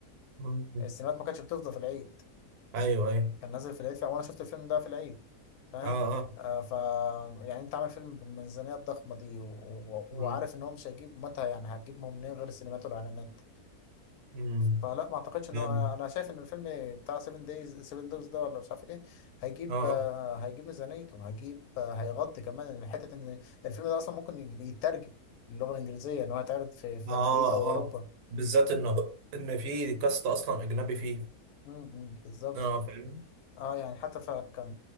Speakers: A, on the right; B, on the left.
A: م.
B: السينمات ما كانتش بتفضى في العيد
A: ايوه ايوه
B: كان نازل في العيد وانا شفت الفيلم ده في العيد فاهم
A: اه اه
B: آه ف يعني انت عامل فيلم بالميزانيه الضخمه دي و... و... وعارف
A: م.
B: ان هو مش هيجيب متى يعني هتجيب منين غير السينمات والاعلانات
A: م.
B: فلا ما اعتقدش ان
A: فاهم.
B: هو انا شايف ان الفيلم بتاع 7 دايز 7 دايز ده ولا مش عارف ايه هيجيب
A: اه
B: آه،
A: آه.
B: هيجيب ميزانيته هيجيب آه، هيغطي كمان إن حته ان الفيلم ده اصلا ممكن يترجم اللغه الانجليزيه ان هو يتعرض في في
A: اه
B: امريكا واوروبا
A: اه بالذات ان ان في كاست اصلا اجنبي فيه
B: امم بالظبط
A: اه فاهم
B: اه يعني حتى فكان